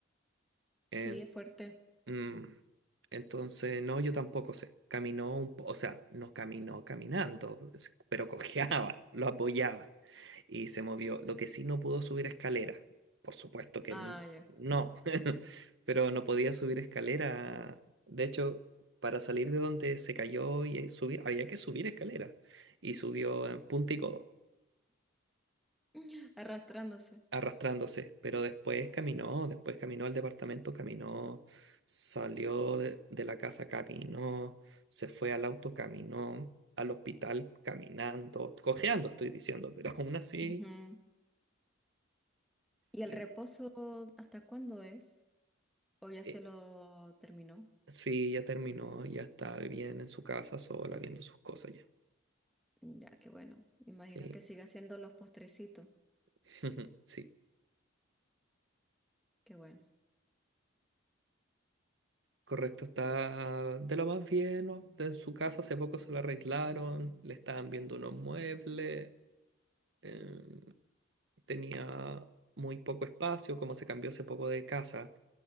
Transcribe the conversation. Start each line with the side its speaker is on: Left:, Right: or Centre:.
Right: En-
Centre: Sí, es fuerte.
Right: mm, entonces, no, yo tampoco sé. Caminó un po- o sea, no caminó caminando, es- pero cojeaba, lo apoyaba y se movió. Lo que sí no pudo subir escalera. Por supuesto que
Centre: Ah,
Right: n-
Centre: ya.
Right: no, <laughs> pero no podía subir escalera. De hecho, para salir de donde se cayó y eh, subir, había que subir escalera. Y subió en punta y codo,
Centre: <laughs> Arrastrándose.
Right: arrastrándose. Pero después caminó, después caminó al departamento, caminó, salió de, de la casa, caminó, se fue al auto, caminó. al hospital caminando, cojeando, estoy diciendo, pero aún así,
Centre: Ujú. ¿Y el
Right: eh,
Centre: reposo hasta cuándo es? ¿O ya
Right: eh,
Centre: se lo terminó?
Right: Sí, ya terminó, ya está bien en su casa sola, viendo sus cosas ya.
Centre: Ya, qué bueno. Imagino
Right: Sí,
Centre: que siga haciendo los postrecitos.
Right: <laughs> sí,
Centre: Qué bueno.
Right: correcto, está de lo más bien, ¿no? En su casa hace poco se la arreglaron, le estaban viendo unos muebles, eh, tenía muy poco espacio, como se cambió hace poco de casa.